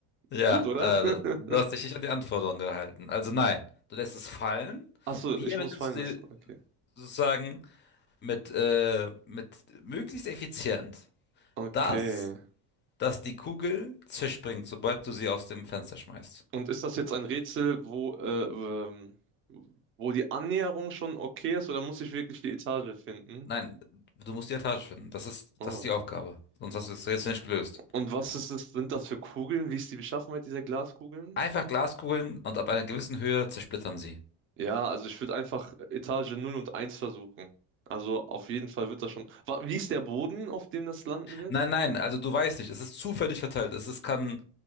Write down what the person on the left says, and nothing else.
Ja,
äh,
du hast dich nicht an die Anforderungen gehalten. Also nein, du lässt es fallen.
Wie
ermittelst
du
sozusagen mit, äh, mit möglichst effizient
das, dass die Kugel zerspringt, sobald du sie aus dem Fenster schmeißt.
Nein, du musst die Etage finden. Das ist,
das ist die Aufgabe. Sonst hast du es jetzt nicht gelöst.
Einfach Glaskugeln und ab einer gewissen Höhe zersplittern sie.
Nein, nein, also du weißt nicht, es ist zufällig verteilt. Es ist kann,